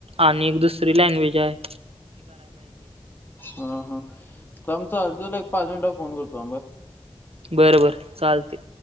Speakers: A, on the right (about 85°); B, on the left (about 20°).
A: आणि एक दुसरी लँग्वेज हाय.
B: हा हा थांब चालतय, तुला एक पाच मिनिटात फोन करतो थांब हा.
A: बरं बरं चालतय.